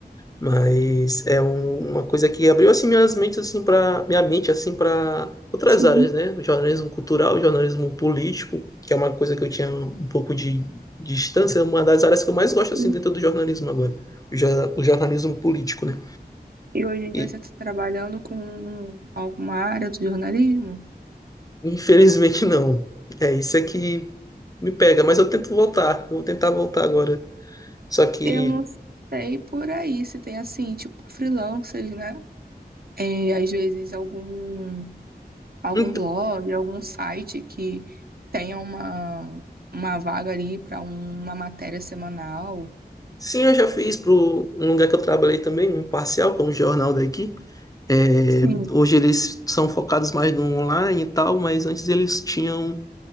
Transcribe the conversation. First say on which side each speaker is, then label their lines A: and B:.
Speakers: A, on the left (about 20°); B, on the right (about 65°).
A: Mas é um- uma coisa que abriu assim minhas mentes assim para minha mente assim para outras
B: Sim,
A: áreas, né? O jornalismo cultural, o jornalismo político, que é uma coisa que eu tinha um pouco de distância, é uma das áreas que eu mais gosto
B: sim.
A: assim dentro do jornalismo agora. O, jor- o jornalismo político, né?
B: E hoje em
A: E
B: dia você está trabalhando com alguma área do jornalismo?
A: infelizmente não. É isso é que me pega, mas eu tento voltar, eu vou tentar voltar agora. Só que
B: Eu não sei por aí se tem assim, tipo freelancers, né? É, às vezes algum algum
A: Então,
B: blog, algum site que tenha uma, uma vaga ali para uma matéria semanal.
A: sim, eu já fiz para um lugar que eu trabalhei também, um parcial, que é um jornal daqui. É,
B: Sim,
A: hoje eles são focados mais no online e tal, mas antes eles tinham